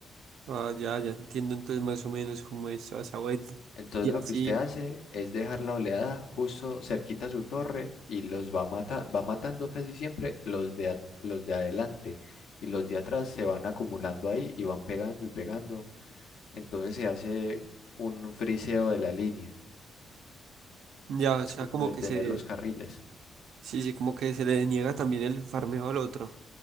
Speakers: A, on the right (about 75°); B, on the left (about 75°).
A: Ah, ya, ya entiendo entonces más o menos cómo es toda esa vuelta.
B: Entonces
A: Y
B: lo
A: así,
B: que usted hace es dejar la oleada justo cerquita a su torre y los va mata- va matando casi siempre los de, a- los de adelante y los de atrás se van acumulando ahí y van pegando y pegando. Entonces se hace un friseo de la línea.
A: ya, o
B: Es
A: sea,
B: como
A: como
B: detener
A: que se,
B: los carriles.
A: sí, sí, como que se le niega también el farmeo al otro.